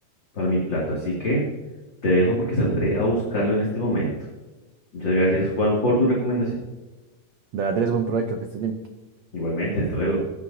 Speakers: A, on the left; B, on the right.
A: para mi plato. Así que te dejo porque saldré a buscarlo en este momento. Muchas gracias, Juan, por tu recomendación.
B: De verdad, tienes buen provecho, que estés bien.
A: Igualmente, hasta luego.